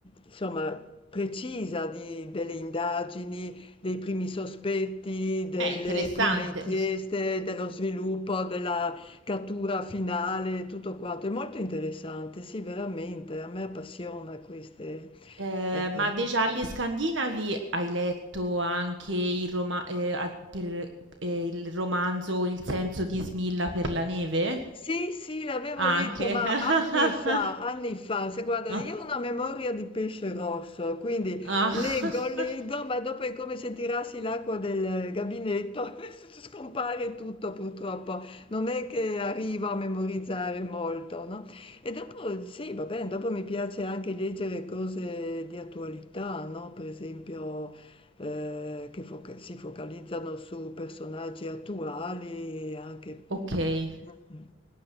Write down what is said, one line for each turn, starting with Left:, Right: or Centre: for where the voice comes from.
Left: insomma precisa di- delle indagini dei primi sospetti, delle
Right: Eh, interessante.
Left: prime inchieste, dello sviluppo della, cattura finale, tutto quanto. È molto interessante, sì, veramente, a me appassiona queste...
Right: Ehm,
Left: eh, eh.
Right: ma dei gialli scandinavi hai letto anche il roma ehm, a per ehm, il romanzo Il senso di Smilla per la neve?
Left: Sì, sì, l'avevo
Right: Anche.
Left: letto, ma
Right: <laughs>
Left: anni fa, anni fa, se guarda,
Right: Ah,
Left: io ho una memoria di pesce rosso, quindi
Right: ah.
Left: leggo,
Right: <laughs>
Left: leggo, ma dopo è come se tirassi l'acqua del gabinetto, <laughs> scompare tutto purtroppo, non è che arrivo a memorizzare molto, no? E dopo, sì, va bene, dopo mi piace anche leggere cose di attualità, no? Per esempio eh, che foca- si focalizzano su personaggi attuali, anche...
Right: Okay,
Left: mm, mm.